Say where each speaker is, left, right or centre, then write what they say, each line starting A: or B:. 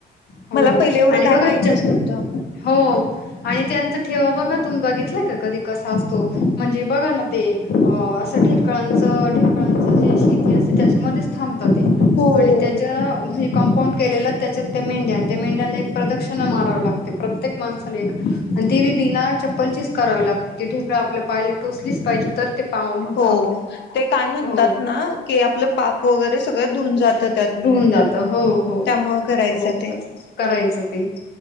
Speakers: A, on the left; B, on the left.
A: हो
B: मला पहिले एवढं
A: आणि
B: काय
A: बघा
B: माहितच
A: जप
B: नव्हतं
A: हो- आणि त्यांच ठेवा बघा तुम्ही बघितल का कधी कसा असतो म्हणजे बघा ना ते असं ढेकळांच ढे ढेकळांच जी शेती असते त्याच्यामध्येचं थांब तात ते
B: हो
A: आणि
B: हो
A: त्याच्या कंपाउंड केलेल त्याच्यात ते मेंड्या ते मेंड्याने एक प्रदक्षिणा मारव ला ते प्रत्येक माणसाला एक आणि देवी बिना चप्पलचीच करावी लागते ती ढेकळं आपल्या पायला टोचलीच पाहिजे तर ते पावन होतं
B: हो
A: आपल्याला.
B: ते काय म्हण म्हणतात
A: हो
B: ना की आपल पाप वगैरे सगळ धुऊन जात त्यातून
A: धुऊन जातं. हो, हो,
B: त्यामुळे करायच
A: हो
B: ते
A: तसंच करायचं ते.